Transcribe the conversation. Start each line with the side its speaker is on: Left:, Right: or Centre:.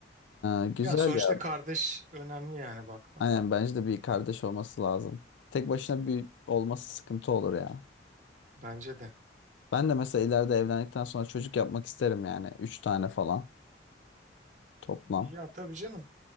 Left: Ee, güzel
Right: Yani sonuçta
Left: ya.
Right: kardeş önemli yani baktığında.
Left: Aynen bence de bir kardeş olması lazım. Tek başına bir olması sıkıntı olur ya.
Right: Bence de.
Left: Ben de mesela ileride evlendikten sonra çocuk yapmak isterim yani. Üç tane falan toplam.
Right: Ya tabii canım.